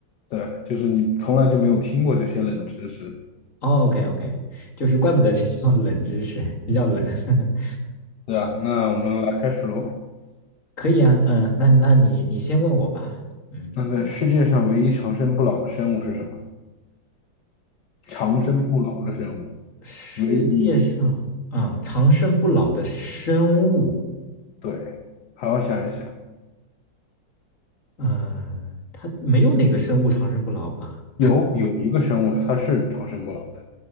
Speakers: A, on the left (about 65°); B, on the left (about 40°).
A: 对，就是你从来就没有听过这些冷知识，
B: 哦，OK OK，就是怪不得叫冷知识，比较冷。<laughs>
A: 对啊，那我们来开始喽。
B: 可以啊，嗯，那那你你先问我吧。嗯，
A: 那个世界上唯一长生不老的生物是什么？
B: 世界
A: 长生不老的生物，
B: 世界上啊，
A: 唯一，
B: 长生不老的生物，
A: 对，好好想一想，
B: 嗯，它没有哪个生物长生不老吧？
A: 有有一个生物它是长生不老，的。